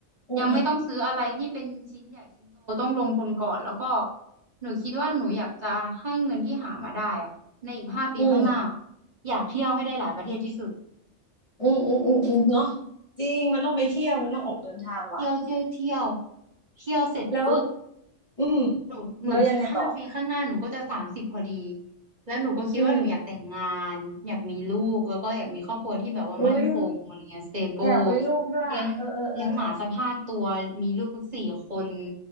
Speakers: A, on the left; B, on the right.
A: อืมอืม
B: ยังไม่ต้องซื้ออะไรที่เป็นชิ้นใหญ่ชิ้นโตต้องลงทุนก่อนแล้วก็หนูคิดว่าหนูอยากจะให้เงินที่หามาได้อ่ะในอีกห้าปีข้างหน้า
A: อืม
B: อยากเที่ยวให้ได้หลายประเทศที่สุด
A: อืมอืมอืมอืมเนาะจริงมันต้องไปเที่ยวมันต้องออกเดินทางว่ะ
B: เที่ยวเที่ยวเที่ยวเที่ยวเสร็จปุ๊บ
A: แล้วอืม
B: หนูหนูห้าปีข้างหน้าหนูก็จะสามสิบพอดี
A: แล้วยังไงต่อ
B: แล้วหนูก็คิดว่าหนูอยากแต่งงานอยากมีลูกแล้วก็อยากมีครอบครัวที่แบบว่ามั่นคงอะไรเงี้ย
A: อืมอุ้ย
B: stable
A: อยากมีลูกด้วยอะเออเออเออเออ
B: เลี้ยงเลี้ยงหมาสักห้าตัวมีลูกสักสี่คน